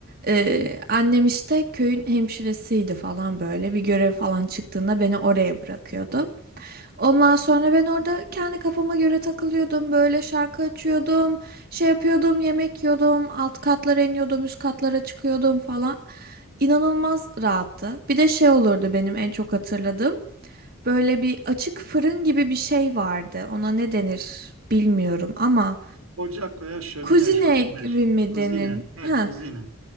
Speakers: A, on the right (about 50°); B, on the right (about 90°).
A: Ee, annem işte köyün hemşiresiydi falan böyle. Bir görev falan çıktığında beni oraya bırakıyordu. Ondan sonra ben orada kendi kafama göre takılıyordum. Böyle şarkı açıyordum, şey yapıyordum, yemek yiyordum, alt katlara iniyordum, üst katlara çıkıyordum falan. İnanılmaz rahattı. Bir de şey olurdu benim en çok hatırladığım. Böyle bir açık fırın gibi bir şey vardı. Ona ne denir bilmiyorum ama
B: Ocak veya şömine
A: Kuzine
B: şu an
A: gibi
B: meşhur.
A: mi
B: Kuzine.
A: denir?
B: He
A: Ha.
B: kuzine.